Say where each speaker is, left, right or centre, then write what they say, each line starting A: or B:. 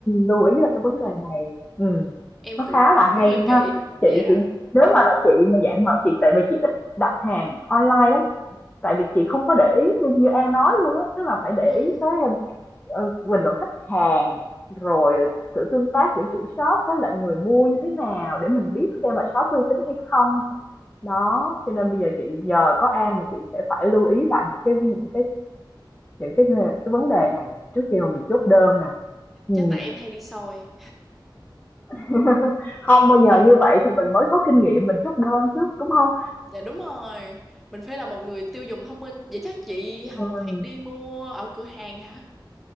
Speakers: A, on the left (about 15°); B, in the centre.
A: lưu ý là cái vấn đề này ừ.
B: Em
A: nó
B: cũng
A: khá là
B: kiểu
A: hay
B: hơi kỹ.
A: ha chị
B: Dạ.
A: chị nếu mà là chị mà dạng mà chị tại vì chị ít đặt hàng online lắm tại vì chị không có để ý như, như An nói luôn á tức là phải để
B: Ừm,
A: ý tới ờ, bình luận khách hàng rồi sự tương tác giữa chủ shop với lại người mua như thế nào để mình biết xem là shop uy tín hay không đó cho nên bây giờ chị nhờ có An mà chị sẽ phải lưu ý lại những cái những cái những cái cái vấn đề này trước khi mà mình chốt đơn nè ừ.
B: Chắc tại em hay đi soi.
A: <laughs> Không, bây giờ như vậy thì mình mới có kinh nghiệm mình chốt đơn chứ, đúng không
B: Dạ đúng rồi. Mình phải là một người tiêu dùng thông minh. Vậy chắc chị Hồng
A: Ừm,
B: thẹn đi mua ở cửa hàng hả?